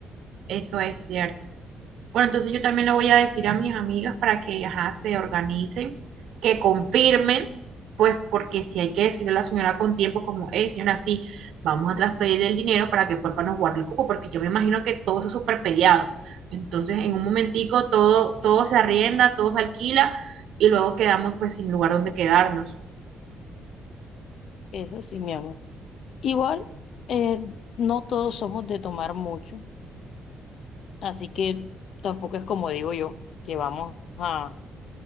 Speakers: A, on the right; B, on the left.
A: Eso es cierto. Bueno, entonces yo también le voy a decir a mis amigas para que, ajá, se organicen, que confirmen, pues porque si hay que decirle a la señora con tiempo, como, hey, señora, sí, vamos a transferirle el dinero para que porfa nos guarde el cupo, porque yo me imagino que todo eso es súper peleado. Entonces, en un momentico todo, todo se arrienda, todo se alquila y luego quedamos pues sin lugar donde quedarnos.
B: eso sí, mi amor. Igual, eh, no todos somos de tomar mucho, así que tampoco es como digo yo, que vamos a